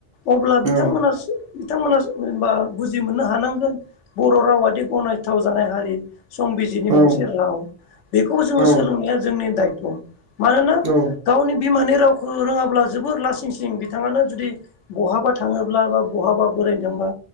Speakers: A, on the left; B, on the right.
A: अब्ला बिथांमोनासो
B: औ
A: बिथांमोनाबा बुजि मोननो हानांगोन बर' रावाद गनायथाव जानाय हारि संबिजितनि
B: औ
A: गंसे राव बेखौ जोङो
B: औ
A: सोलोंनाया जोंनि दायथ' मानोना
B: औ
A: गावनि बिमानि रावखौ रोङाब्ला जोबोर लासिं सिं बिथाङानो जुदि बहाबा थाङोब्ला बा बहाबा बोरायनो थांबा